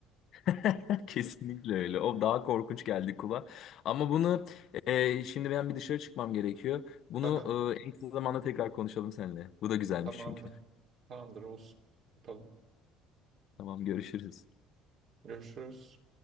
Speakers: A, on the left; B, on the right.
A: <laughs> Kesinlikle öyle. O daha korkunç geldi kulağa. Ama bunu e, şimdi ben bir dışarı çıkmam gerekiyor. Bunu
B: <laughs>
A: e, en kısa zamanda tekrar konuşalım seninle. Bu da güzelmiş
B: Tamamdır.
A: çünkü.
B: Tamamdır olsun. Yapalım.
A: Tamam görüşürüz.
B: Görüşürüz.